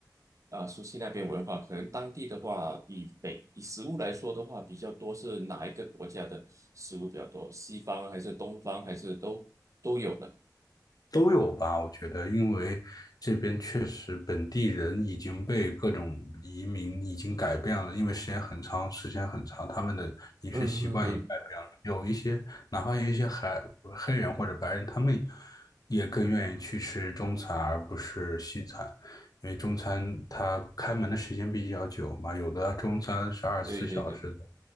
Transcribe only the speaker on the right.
呃，熟悉那边文化，可能当地的话，以北以食物来说的话，比较多是哪一个国家的食物比较多？西方还是东方，还是都都有的？
嗯嗯嗯。
对对对，